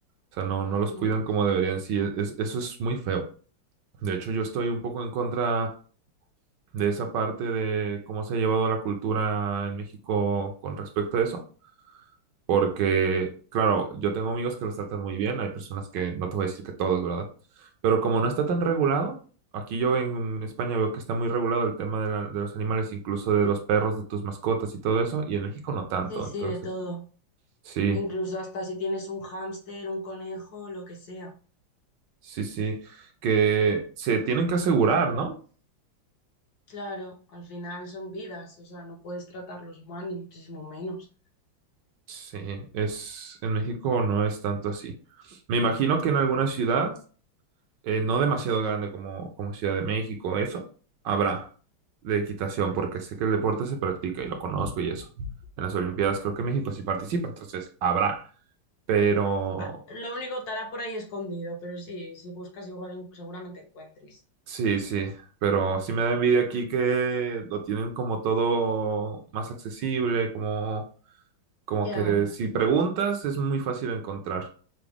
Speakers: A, on the right; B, on the left.
A: O sea, no,
B: ay
A: no los cuidan
B: no.
A: como deberían. Sí, es- es- eso es muy feo. De hecho, yo estoy un poco en contra de esa parte de cómo se ha llevado la cultura en México con respecto a eso, porque, claro, yo tengo amigos que los tratan muy bien, hay personas que, no te voy a decir que todos, ¿verdad? Pero como no está tan regulado, aquí yo en España veo que está muy regulado el tema de, la- de los animales, incluso de los perros, de tus mascotas y todo eso, y en México no tanto,
B: Sí, sí,
A: entonces,
B: de todo.
A: sí,
B: Incluso hasta si tienes un hámster, un conejo, lo que sea.
A: sí, sí, que se tienen que asegurar, ¿no?
B: Claro, al final son vidas, o sea, no puedes tratarlos mal, ni muchísimo menos.
A: Sí, es, en México no es tanto así. Me imagino que en alguna ciudad eh, no demasiado grande como, como Ciudad de México, eso, habrá de equitación, porque sé que el deporte se practica y lo conozco y eso. En las Olimpiadas creo que México sí participa, entonces habrá. Pero
B: Ah, Lo único estará por ahí escondido, pero sí, si buscas igual en- seguramente encuentres.
A: sí, sí, pero sí me da envidia aquí que lo tienen como todo más accesible, como, como
B: Ya,
A: que si preguntas es muy fácil encontrar.